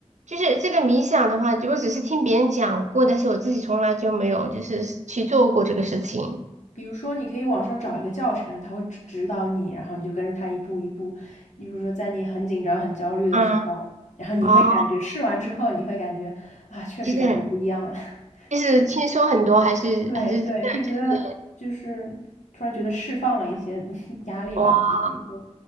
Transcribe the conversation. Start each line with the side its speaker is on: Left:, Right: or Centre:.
Right: 就是这个冥想的话，我只是听别人讲过，但是我自己从来就没有就是去做过这个事情。
Left: 比如说，你可以网上找一个教程，他会指指导你，然后你就跟着他一步一步。你比如说，在你很紧张、很焦虑的时候，
Right: 嗯，
Left: 然后你会感觉试完之后，
Right: 哦，
Left: 你会感觉啊，确实感觉不一样了。
Right: 就是
Left: <laughs>
Right: 就是轻松很多还是还是真的就是
Left: 对对，是觉得就是突然觉得释放了一些 <laughs> 压力吧，
Right: 哇。
Left: 就是一些